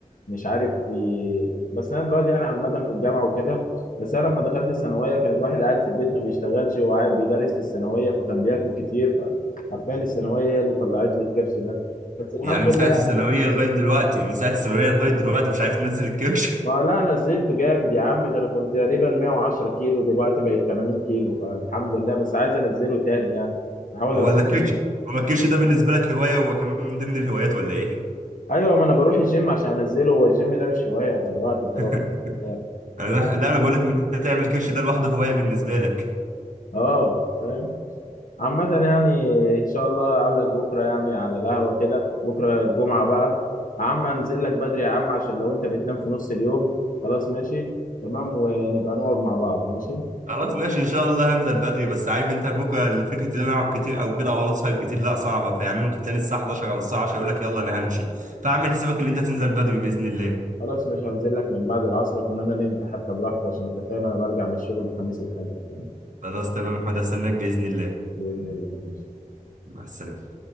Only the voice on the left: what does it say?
مش عارف في بس انا دلوقتي انا عامه في الجامعه وكده بس انا لما دخلت الثانويه كان الواحد قاعد في البيت ما بيشتغلش هو قاعد بيدرس في الثانويه فكان بياكل كتير فحرفيا الثانويه هي اللي طلعت لي الكرش ده بس الحمد
لله
يعني
ما هو لا أنا نزلت جامد يا عم ده انا كنت تقريبا 110 كيلو دلوقتي بقيت 80 كيلو فالحمد لله بس عايز انزله تاني يعني بحاول
اروح الجيم
ايوه ما انا بروح الجيم عشان انزله هو الجيم ده مش هوايه ولا وقت فراغ
ولا بتاع.
فاهم
اه فاهم عامة يعني إن شاء الله أقابلك بكرة يعني على القهوة كده بكرة الجمعة بقى يا عم أنزل لك بدري يا عم عشان لو أنت بتنام في نص اليوم خلاص ماشي تمام ونبقى نقعد مع بعض ماشي
خلاص ماشي هنزل لك من بعد العصر كنا أنا نمت حتى براحتي عشان أنت فاهم أنا برجع من الشغل الخميس الفجر فاهم
بإذن الله ماشي